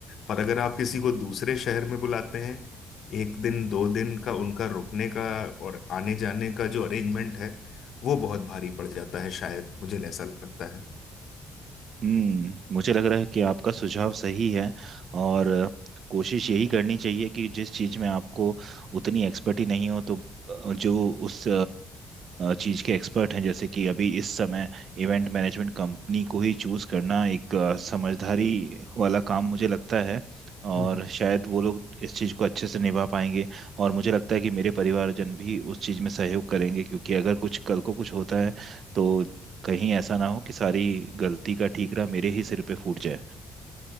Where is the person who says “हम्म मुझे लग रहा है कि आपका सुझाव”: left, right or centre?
Right